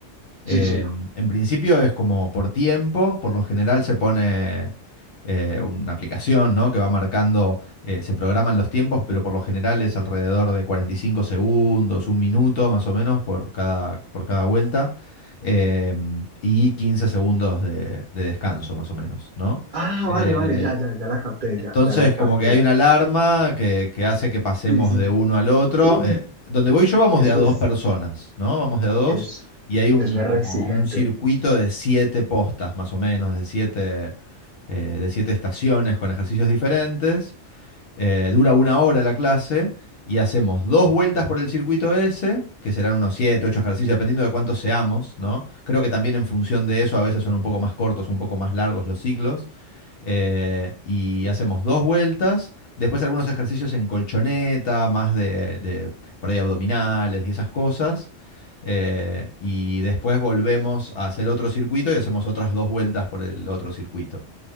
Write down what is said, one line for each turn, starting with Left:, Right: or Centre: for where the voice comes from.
Left: Eh,
Right: Sí, sí.
Left: en principio es como por tiempo, por lo general se pone eh, una aplicación, ¿no? que va marcando, eh, se programan los tiempos, pero por lo general es alrededor de 45 segundos, un minuto más o menos por cada, por cada vuelta, em, y 15 segundos de, de descanso más o menos, ¿no?
Right: Ah,
Left: Eh,
Right: vale, vale, ya, ya, ya la capté,
Left: entonces,
Right: ya, ya la capté.
Left: como que hay una alarma que, que hace que pasemos
Right: Sí, sí.
Left: de uno al otro.
Right: Uy,
Left: Eh, donde voy yo vamos
Right: eso
Left: de a dos
Right: es,
Left: personas, ¿no? Vamos de a dos
Right: es,
Left: y hay un,
Right: eso es
Left: como
Right: re exigente.
Left: un circuito de siete postas, más o menos, de siete, eh, de siete estaciones con ejercicios diferentes. Eh, dura una hora la clase y hacemos dos vueltas por el circuito ese, que serán unos siete, ocho ejercicios, dependiendo de cuántos seamos, ¿no? Creo que también en función de eso a veces son un poco más cortos, un poco más largos los ciclos eh, y hacemos dos vueltas, después algunos ejercicios en colchoneta, más de, de por ahí abdominales y esas cosas, eh, y después volvemos a hacer otro circuito y hacemos otras dos vueltas por el otro circuito